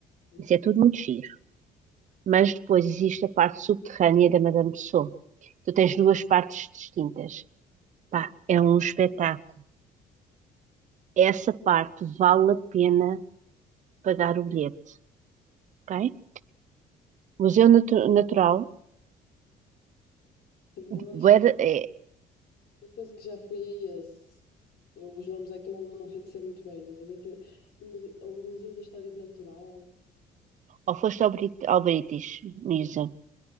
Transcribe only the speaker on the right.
Isso é tudo muito giro. Mas depois existe a parte subterrânea da Madame Tussauds. Tu tens duas partes distintas. Pá, é um espetáculo. Essa parte vale a pena pagar o bilhete, ok? Museu Natu- Natural,
Bué-
é,
ou foste ao, Brit ao British Museum,